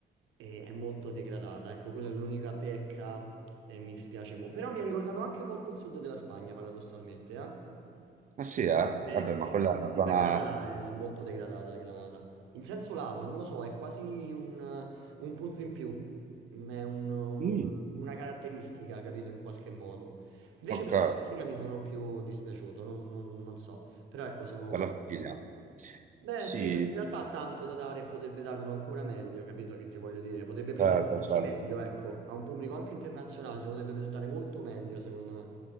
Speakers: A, on the right; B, on the right.
A: eh, è, molto degradata. Ecco, quella è l'unica pecca e mi spiace molto. Però mi ha ricordato anche molto il sud della Spagna, paradossalmente. Eh?
B: Ah sì, eh?
A: Eh,
B: Vabbè, ma
A: sì,
B: quella è una
A: sì,
B: zona...
A: per Granada è molto degradata, Granada. In senso lato, non lo so, è quasi un, un punto in più. Mm, È un- un-
B: Mm,
A: una caratteristica, capito, in qualche modo. Invece
B: ok,
A: per la Sicilia mi sono più dispiaciuto, non non- non so. Però ecco, sono
B: per la Sicilia.
A: Beh,
B: Sì,
A: sì, perché in realtà ha tanto da dare e potrebbe darlo ancora meglio, capito che ti voglio dire? Potrebbe presentarsi
B: certo, certo.
A: meglio, ecco, a un pubblico anche internazionale, si potrebbe presentare molto meglio, secondo me.